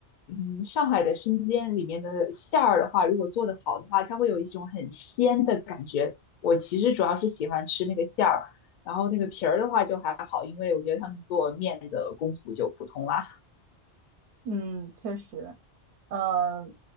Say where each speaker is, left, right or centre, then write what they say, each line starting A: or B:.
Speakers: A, on the left (about 60°); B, on the right (about 80°).
A: 嗯，上海的生煎里面的馅儿的话，如果做的好的话，它会有一种很鲜的感觉。我其实主要是喜欢吃那个馅儿，然后那个皮儿的话就还好，因为我觉得他们做面的功夫就普通啦。
B: 嗯，确实，呃，